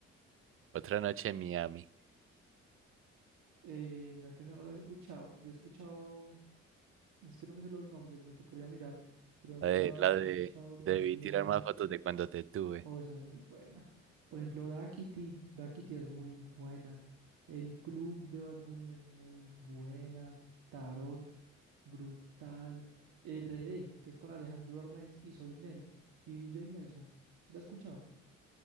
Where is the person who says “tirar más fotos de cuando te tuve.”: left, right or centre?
Right